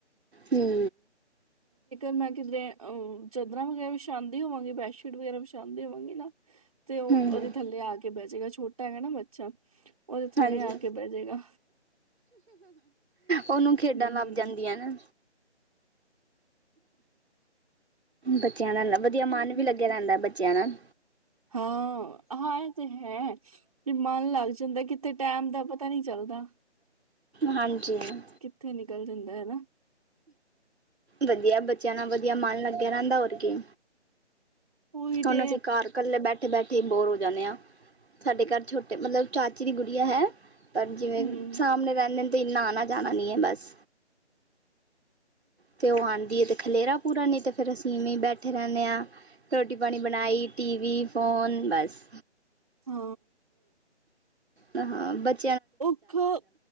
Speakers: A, on the right (about 65°); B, on the right (about 30°).
A: ਹੂੰ
B: ਮੈਂ ਕਿਧਰੇ ਅਹ, ਚਾਦਰਾਂ ਵਗੈਰਾ ਵਿਛਾਉਂ ਹੋਵਾਂਗੇ, ਬੈਡਸ਼ੀਟ ਵਗੈਰਾ ਵਿਛਾਂਦੀ ਹੋਵਗੇ ਨਾ ਤੇ ਉਹ
A: ਹਮ
B: ਉਹਦੇ ਥੱਲੇ ਆ ਕੇ ਬਹ ਜੇਗਾ। ਛੋਟਾ ਹੈ ਨਾ ਬੱਚਾ ਉਹਦੇ ਥੱਲੇ
A: ਹਾਂਜੀ
B: ਆ ਕੇ ਬਹਿ ਜਾਏਗਾ
A: ਓਨੂੰ ਖੇਡਾਂ
B: ਹਮ
A: ਲੱਭ ਜਾਂਦੀਆਂ ਨਾ। ਬੱਚਿਆਂ ਦਾ ਵਧੀਆ ਮਨ
B: ਉਹੀ
A: ਵੀ ਲੱਗਿਆ
B: ਤੇ।
A: ਰਹਿੰਦਾ ਬੱਚਿਆਂ ਨਾਲ।
B: ਹਾਂ ਆ ਤੇ ਹੈ। ਵੀ ਮਨ ਲੱਗ ਜਾਂਦਾ ਕਿੱਥੇ ਟੈਮ ਦਾ ਪਤਾ ਨੀ ਚੱਲਦਾ।
A: ਹਾਂ <unintelligible>
B: ਕਿੱਥੇ ਨਿਕਲ ਜਾਂਦਾ ਹਨਾ।
A: ਵਧੀਆ ਬੱਚਿਆਂ ਨਾਲ ਵਧੀਆ ਮਨ ਲੱਗਿਆ ਰਹਿੰਦਾ ਹੋਰ ਕੀ।
B: ਉਹੀ
A: ਹੁਣ
B: ਤੇ
A: ਅਸੀਂ ਘਰ ਇਕੱਲੇ ਬੈ ਬੈਠੇ ਬੋਰ ਹੋ ਜਾਂਨੇ ਆ ਸਾਡੇ ਘਰ ਛੋਟੇ ਮਤਲਬ ਚਾਚੀ ਦੀ ਗੁੜੀਆ ਹੈ ਪਰ ਜਿਵੇਂ
B: ਹਮ
A: ਸਾਹਮਨੇ ਰੇਹਨੇ ਨੇ ਇਨਾ ਆਨਾ ਜਾਨਾ ਨੀ ਏ ਬਸ ਤੇ ਉਹ ਆਦੀ ਏ ਖਲੇਰਾ ਪੂਰਾ ਨਹੀਂ ਤੇ ਫਿਰ ਅਸੀਂ ਇਵੇਂ ਬੈਠੇ ਰਹਿੰਨੇ ਆ ਰੋਟੀ ਪਾਣੀ ਬਨਾਈ ਟੀ ਵੀ ਫੋਨ ਬਸ
B: ਹੁ
A: ਹ ਹਾਂ ਬ <inaudible>
B: ਔਖਾ